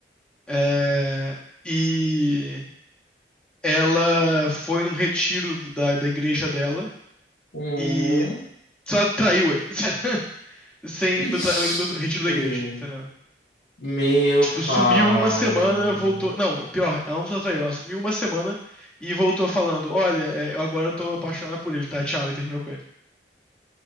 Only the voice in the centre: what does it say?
é, e ela foi num retiro do- da, da igreja dela
e só traiu ele. <laughs> Sem,
no, tra- no retiro da igreja, entendeu?
Tipo, sumiu
uma semana, voltou. Não, pior, ela não só saiu, ela sumiu uma semana e voltou falando: Olha, é, eu agora tô apaixonada por ele, tá? Tchau, e terminou com ele.